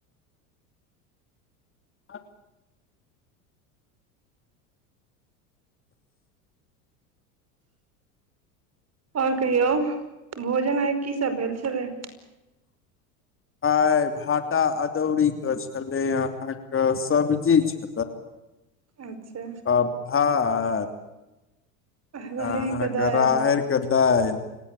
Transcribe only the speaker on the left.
आ
आय भाटा अदौरीी के छले अहा के सब्जी छ
अभात
अहाँके
राहर के दालि